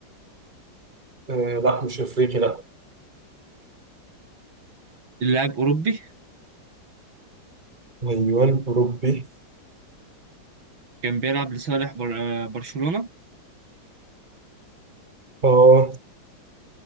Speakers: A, on the right (about 25°); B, on the right (about 85°).
A: آه لا مش أفريقي لا
B: اللاعب اوروبي
A: أيوة أوروبي
B: كان بيلعب لصالح بر... آه، برشلونة
A: أه